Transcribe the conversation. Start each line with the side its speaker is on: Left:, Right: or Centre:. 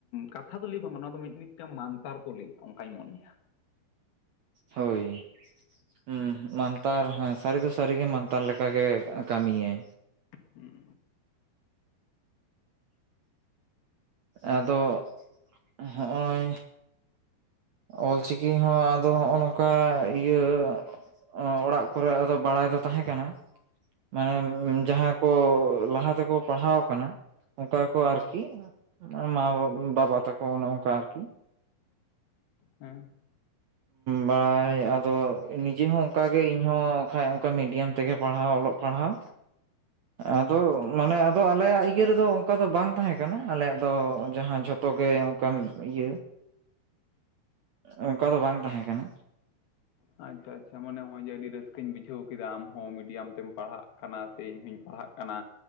Left: ᱠᱟᱛᱷᱟ ᱫᱚ ᱞᱟᱹᱭ ᱵᱟᱝ ᱚᱱᱟ ᱫᱚ ᱢᱤᱫ ᱢᱤᱫᱴᱟᱝ ᱢᱟᱱᱛᱟᱨ ᱠᱚ ᱞᱟᱹᱭᱟ ᱚᱱᱠᱟᱧ ᱢᱚᱱᱮᱭᱟ
Right: ᱦᱳᱭ ᱦᱩᱸ ᱢᱟᱱᱛᱟᱨ ᱦᱮᱸ ᱥᱟᱹᱨᱤ ᱫᱚ ᱥᱟᱹᱨᱤ ᱜᱮ ᱢᱟᱱᱛᱟᱨ ᱞᱮᱠᱟ ᱜᱮ ᱠᱟᱹᱢᱤᱭᱟᱭ
Left: ᱦᱩᱸ
Right: ᱟᱫᱚ ᱦᱚᱸᱜᱼᱚᱭ ᱚᱞᱪᱤᱠᱤ ᱦᱚᱸ ᱟᱫᱚ ᱦᱚᱸᱜᱼᱚ ᱱᱚᱝᱠᱟ ᱤᱭᱟᱹ ᱚᱸ ᱚᱲᱟᱜ ᱠᱚᱨᱮ ᱟᱫᱚ ᱵᱟᱲᱟᱭ ᱫᱚ ᱛᱟᱦᱮᱸ ᱠᱟᱱᱟ ᱢᱟᱱᱮ ᱡᱟᱦᱟᱸ ᱠᱚ ᱞᱟᱦᱟ ᱛᱮᱠᱚ ᱯᱟᱲᱦᱟᱣ ᱠᱟᱱᱟ ᱚᱱᱠᱟ ᱠᱚ ᱟᱨᱠᱤ ᱢᱟ ᱵᱟᱵᱟ ᱛᱟᱠᱚ ᱚᱱᱮ ᱚᱱᱠᱟ ᱟᱨᱠᱤ
Left: ᱦᱮᱸ
Right: ᱵᱟᱲᱟᱭ ᱟᱫᱚ ᱱᱤᱡᱮ ᱦᱚᱸ ᱚᱱᱠᱟᱜᱮ ᱤᱧᱦᱚ ᱠᱷᱟᱡ ᱚᱱᱠᱟ ᱢᱤᱰᱤᱭᱟᱢ ᱛᱮᱜᱮ ᱯᱟᱲᱦᱟᱣ ᱚᱞᱚᱜ ᱯᱟᱲᱦᱟᱣ
Left: <unintelligible>
Right: ᱟᱫᱚ ᱢᱟᱱᱮ ᱟᱫᱚ ᱟᱞᱮᱭᱟᱜ ᱤᱠ ᱤᱭᱟᱹ ᱨᱮᱫᱚ ᱚᱱᱠᱟ ᱫᱚ ᱵᱟᱝ ᱛᱟᱦᱮᱸ ᱠᱟᱱᱟ ᱟᱞᱮᱭᱟᱜ ᱫᱚ ᱡᱟᱦᱟᱸ ᱡᱷᱚᱛᱚ ᱜᱮ ᱚᱱᱠᱟᱱ ᱤᱭᱟᱹ ᱚᱱᱠᱟ ᱫᱚ ᱵᱟᱝ ᱛᱟᱦᱮᱸ ᱠᱟᱱᱟ
Left: ᱟᱪᱪᱷᱟ ᱟᱪᱷᱟ ᱢᱟᱱᱮ ᱱᱚᱜ ᱚᱭ ᱡᱮ ᱟᱹᱰᱤ ᱨᱟᱹᱥᱠᱟᱹᱧ ᱵᱩᱡ ᱵᱩᱡᱷᱟᱹᱣ ᱠᱮᱫᱟᱢ ᱦᱚᱸ ᱢᱤᱰᱤᱭᱟᱢ ᱛᱮᱢ ᱯᱟᱲᱦᱟᱜ ᱠᱟᱱᱟ ᱥᱮ ᱤᱧ ᱦᱚᱧ ᱯᱟᱲᱦᱟᱜ ᱠᱟᱱᱟ